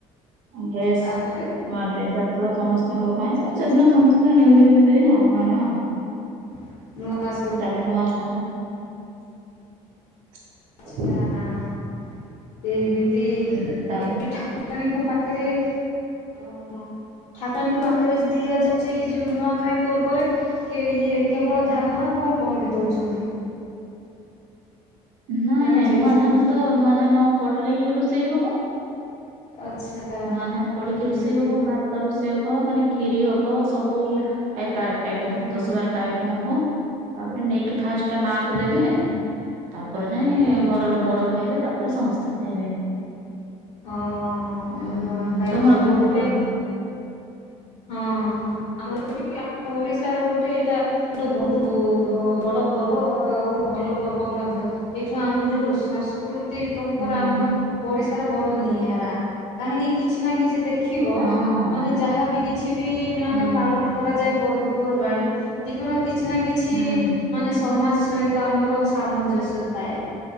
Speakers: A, on the right; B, on the left.
A: ଡ୍ରେସ
B: ତାପରେ
A: ହ ଡ୍ରେସ୍ ଆସିବ ସମସ୍ତଙ୍କ। ଭାଇ ସେଦିନ ସମସ୍ତେ ନି ନି ପିନ୍ଧିବେ ଆଉ ନା ନା ଆଉ।
B: <unintelligible>
A: ତାପରେ ନୂଆ ଧାନ <inaudible>
B: ହଁ ସିଏ ବି ଏ ଠାକୁରାଣୀଙ୍କ
A: ଉଁ ତମ
B: ପାଖରେ ଠାକୁରାଣୀଙ୍କ ପାଖ ଫରେ ଦିଆଯାଉଛି ଯେଉଁ ନୂଆଖାଇ ପର୍ବରେ କି ଇଏ କେବଳ ଧାନ ଆଉ କଣ କଣ ବି ଦଉଛନ୍ତି।
A: ନାଇଁ
B: ଜାଣିଛ
A: ନାଇଁ ନୂଆ
B: କି ସେ
A: ଧାନ
B: ବିଷୟ
A: ତ ନୂଆ ଧାନ ପଡିଲେ ହିଁ ରୋଷେଇ ହବ
B: ଆଚ୍ଛା
A: ନୂଆ ଧାନ ପଡିକି
B: ଏମିତି
A: ରୋଷେଇ ହବ ଭାତ ରୋଷେଇ ହବ ମାନେ ଖିରି ହବ ସବୁ ଟଇପ ର ଆଇଟ
B: ହୁଁ
A: ହବ ଦଶ ବାରଟା ଆଇଟମ ହବ ତାପରେ ନେଇକି ଫାଷ୍ଟ ମାଙ୍କୁ ଦେବେ ତାପରେ ଯାଇଁ
B: ଓହୋ
A: ଘରର ବଡ ଖାଇବେ ତାପରେ ସମସ୍ତେ ଖାଇବେ।
B: ହଁ।
A: ହୁଁ
B: ହଁ ନୂଆଖାଇ
A: ତମର
B: ପର୍ବ
A: କେମିତି
B: ଗୋଟେ
A: କଣ?
B: ହଁ ଆମର ବି ଓଡିଶାର ଗୋଟେ ଏଇଟା ଗୋଟେ ବହୁତ ଭ ବଡ ପର୍ବ ଆଉ ଭଲ ପର୍ବ ମଧ୍ୟ ଏଠୁ ଆମ ଯୋଉ ସଂସ୍କୃ ତି ପରମ୍ପରା
A: ହୁଁ
B: ଆମର
A: ହୁଁ
B: ଓଡ଼ିଶା ହାର ବଡ ନିଆରା କାହିଁକି କିଛି ନା କିଛି ଦେଖି ଖିବ
A: ହଁ ହଁ
B: ମାନେ ଯାହାବି କି ବି ମାନେ
A: ହୁଁ
B: ପାଳନ କରାଯାଏ। ପର୍ବପର୍ବାଣୀ ତିଖିନ କିଛି ନା କିଛି
A: ହୁଁ
B: ମାନେ ସମାଜ ସହିତ ଆମ ର ସାମଞ୍ଜସ୍ୟ ଥାଏ।